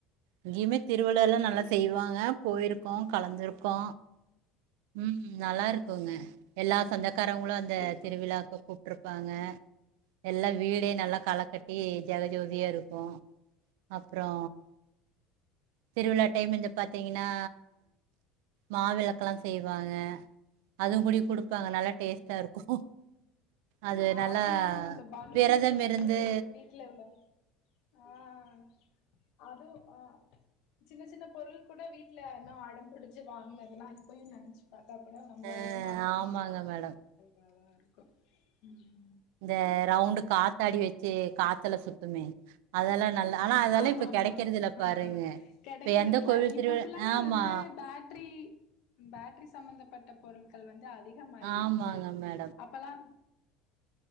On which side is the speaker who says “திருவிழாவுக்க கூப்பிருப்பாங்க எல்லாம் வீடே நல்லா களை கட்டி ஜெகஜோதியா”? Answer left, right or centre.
Right